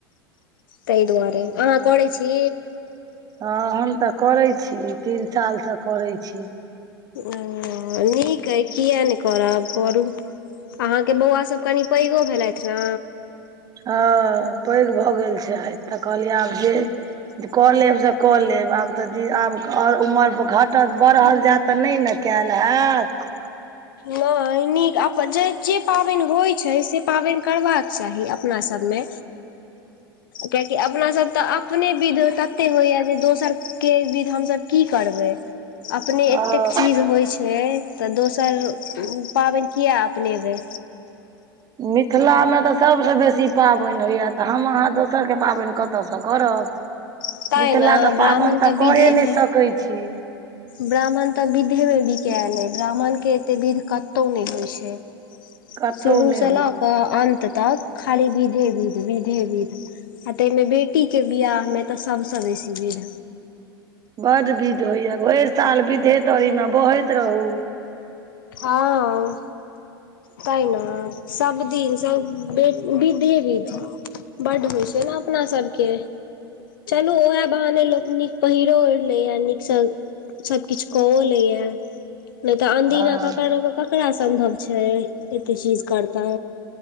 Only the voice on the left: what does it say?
ताहि दुआरे अहाँ करै छी?
ओ निक अइ किए नहि करब करू। अहाँके बौआ सभ कनिक पैघो भेलथि न।
नहि- निक अपन जे जे पाबनि होइत छै से पाबनि करबाक चाही। अपना सबमे कियकि अपना सब तऽ अपने विध तते होइया जे दोसर के विध हमसभ की करबै अपने
एतेक चीज होइ छै छैे तऽ दोसर पाबनि किया अपनेबै।
तैं
ने ब्राह्मण
विधे
मे
ब्राह्मण तऽ विधे मे बिकेल अए ब्राह्मण के एते विध कतौ नहि होइ छै।
शुरू
सँ
लऽक
अन्त तक खाली विधे विध विधे विध। आ ताहिमे बेटीके बिआह मे त सबसँ बेसी विध।
हँ ताइ न सबदिन सँ बे विधे विध बड्ड होइ छै न अपना सबके। चलू ओएह बहाने लोक नीक पहिरो ओढि लैया नीकसँ सभ किछ कऽओ लैया नहि त आनदिना
ककरा सम्भव छै एते चीज करतै।